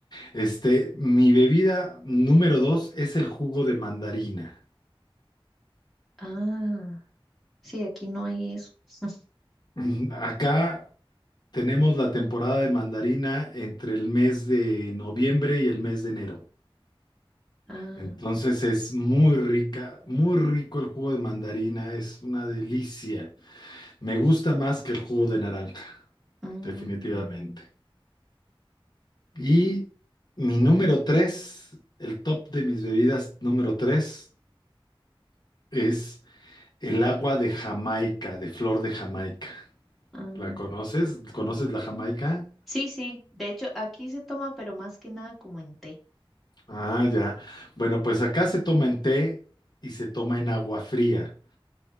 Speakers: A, on the left (about 50°); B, in the centre.
A: Este, mi bebida número dos es el jugo de mandarina.
B: Ah, sí, aquí no hay eso. <laughs>
A: Mm, Acá tenemos la temporada de mandarina entre el mes de noviembre y el mes de enero.
B: Ah,
A: Entonces es muy rica, muy rico el jugo de mandarina, es una delicia. Me gusta más que el jugo de naranja,
B: mm,
A: definitivamente. Y mi número tres, el top de mis bebidas número tres es el agua de Jamaica, de flor de Jamaica.
B: ah.
A: ¿La conoces? ¿Conoces la Jamaica?
B: Sí, sí. De hecho, aquí se toma, pero más que nada como en té.
A: Ah, ya. Bueno, pues acá se toma en té y se toma en agua fría,